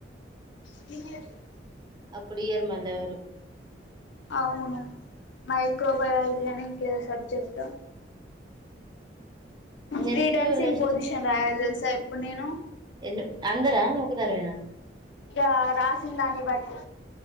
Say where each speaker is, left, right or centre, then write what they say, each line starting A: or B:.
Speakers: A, on the left; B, on the right.
A: <unintelligible>
B: అప్పుడు ఇయ్యర్ మళ్ళ వారు
A: అవును మైక్రోబయాలజీ అని ఇంకేదో subject
B: next
A: three times
B: next
A: imposition రాయాలి తెలుసా ఇప్పుడు నేను
B: ఎన్ అందరా నువ్వు ఒకదానివేన
A: ఇగ రాసిన దాన్ని బట్టి